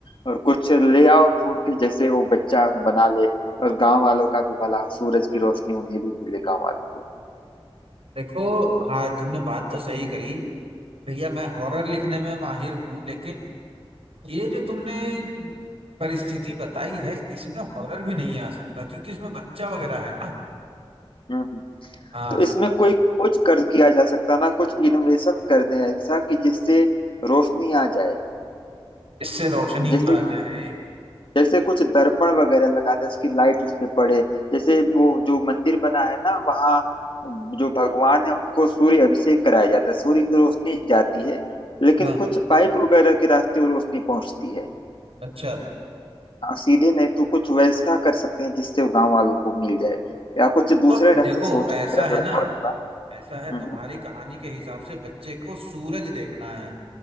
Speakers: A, on the left; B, on the right.
A: और कुछ ले आओ ढूंढ के जैसे वो बच्चा बना ले और गांव वालों का भी भला हो सूरज की रोशनी उन्हें भी मिले गांव वालों को
B: देखो हाँ तुमने बात तो सही करी भैया मैं हॉरर लिखने में माहिर हूँ लेकिन ये जो तुमने परिस्थिति बताई है इसमें हॉरर भी नहीं आ सकता क्योंकि इसमें बच्चा वगैरह है ना
A: हम्म
B: हाँ
A: तो इसमें कोई कुछ कर किया जा सकता ना कुछ इनोवेशन कर दें ऐसा कि जिससे रोशनी आ जाए
B: इससे रोशनी
A: जैसे
B: आ जाए
A: जैसे कुछ दर्पण वगैरह लगा दे उसकी लाइट उस पे पड़े जैसे वो जो मंदिर बना है ना वहाँ जो भगवान है उनको सूर्य अभिषेक कराया जाता है सूर्य की रोशनी जाती है लेकिन
B: हाँ
A: कुछ पाइप वगैरह के रास्ते वो रोशनी पहुंचती है
B: अच्छा
A: हाँ, सीधे नहीं तो कुछ वैसा कर सकते हैं जिससे वो गांव वालों को मिल जाए या कुछ दूसरे
B: तो
A: ढंग
B: देखो
A: से सोच
B: ऐसा
A: के मेरा
B: है
A: बताओ
B: ना
A: इस बार।
B: ऐसा है
A: हम्म
B: तुम्हारी कहानी के हिसाब से बच्चे को सूरज देखना है